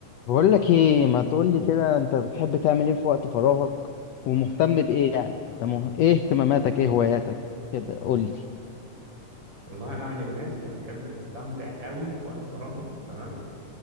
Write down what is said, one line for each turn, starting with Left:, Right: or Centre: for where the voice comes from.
Left: بقول لك ايه ما تقول لي كده انت بتحب تعمل ايه في وقت فراغك ومهتم بايه يعني انت مه... ايه اهتماماتك ايه هواياتك كده قول لي
Right: والله انا من الناس اللي بتحب تستمتع قوي بوقت فراغها تمام